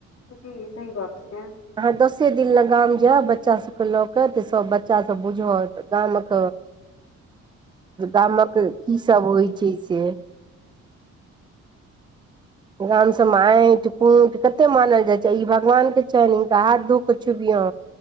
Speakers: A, on the left; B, on the right.
A: जी सही गप्प
B: ह आहा दस से दिन ल गाम जायब बच्चा सबके लऽ के तऽ सब बच्चा सब बुझत गामक गामक कीसभ होइ छै से गाम सँ माटि कूट कते मानल जाइ छै ई भगवान के छनि हिनका हाथ धो कऽ छुबियौ